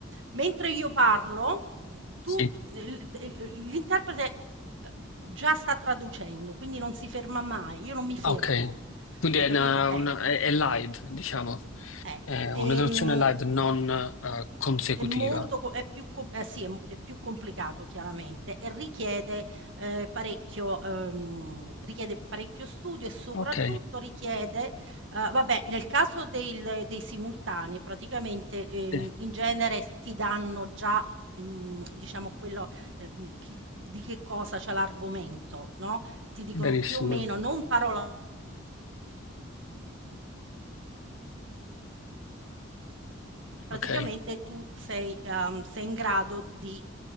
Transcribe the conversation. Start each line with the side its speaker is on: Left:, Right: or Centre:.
Right: Mentre io parlo, tu
Left: Sì.
Right: il il l'interprete, uhm, già sta traducendo, quindi non si ferma mai, io non mi fermo.
Left: Ok. Quindi
Right: Hai
Left: è,
Right: capito?
Left: una-
Right: Eh.
Left: una- è- è live, diciamo.
Right: Eh,
Left: È una
Right: ehm,
Left: traduzione live non eh, consecutiva.
Right: è molto co è più co eh sì, è m è più complicato chiaramente e richiede, ehm, parecchio ehm, richiede parecchio studio e soprattutto
Left: Ok.
Right: richiede ehm, vabbè, nel caso del dei simultanei praticamente, ehm,
Left: Sì,
Right: in genere s ti danno già, mhmm, diciamo quello, ehm, chi di che cosa c'è l'argomento, no, ti dicono
Left: benissimo.
Right: più o meno, non parola Praticamente
Left: Ok,
Right: tu sei ehm, sei in grado di